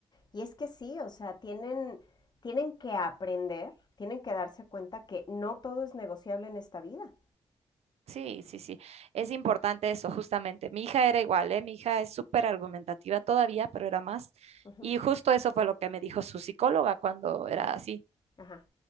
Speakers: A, on the left; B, on the right.
A: Y es que sí, o sea, tienen, tienen que aprender, tienen que darse cuenta que no todo es negociable en esta vida.
B: Sí, sí, sí. Es importante eso, justamente. Mi hija era igual, ¿eh? Mi hija es súper argumentativa todavía, pero era más.
A: Ujú,
B: Y justo eso fue lo que me dijo su psicóloga cuando era así.
A: Ajá,